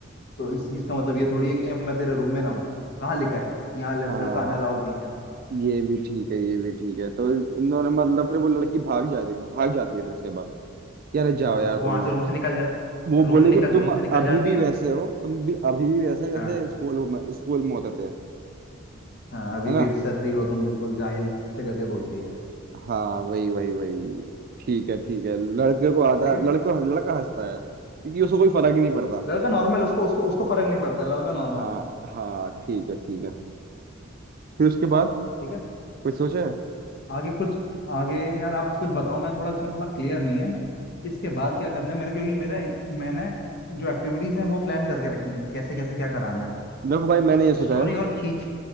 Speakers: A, on the left (about 55°); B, on the right (about 45°).
A: तो इस चीज का मतलब ये थोड़ी है कि अब मैं तेरे रूम में ना हूँ कहाँ लिखा है यहाँ ल-
B: हाँ
A: लड़का आना अलाउड नहीं है
B: ये भी ठीक है ये भी ठीक है तो इन दोनों मतलब फिर वो लड़की भाग जाती भाग जाती है फिर उसके बाद यार जाओ
A: हाँ
B: यार
A: वो वहां
B: तुम
A: से रूम से निकल जा
B: वो
A: रूम
B: बोलेगी
A: निकल
B: तुम
A: रूम से
B: अभी
A: निकल जाती
B: भी
A: है
B: वैसे हो तुम भी अभी भी वैसे हो
A: हाँ
B: जैसे स्कूल में स्कूल में होते थे
A: हाँ अभी
B: है ना
A: भी सर्री हो तुम बिल्कुल जाहिल ऐसे करके बोलती है
B: हाँ वही वही वही ठीक है ठीक है लड़के को आता
A: ठीक है
B: लड़को लड़का हंसता है क्योंकि उसको कोई फर्क ही नहीं पड़ता
A: लड़का नॉर्मल उसको उसको उसको फर्क नहीं पड़ता लड़का नॉर्मल
B: हाँ
A: है
B: हाँ ठीक है ठीक है फिर उसके बाद
A: ठीक है
B: कुछ सोचा है <clears throat>
A: आगे कुछ आगे यार आप कुछ बताओ मैं थोड़ा इसमें थोड़ा क्लियर नहीं है इसके बाद क्या करना है मेरे क्योंकि मेरे मैंने जो एक्टिविटीज हैं वो प्लान करके रखी हैं कि कैसे कैसे क्या कराना है
B: देखो भाई मैंने ये सोचा
A: स्टोरी
B: है
A: और खींच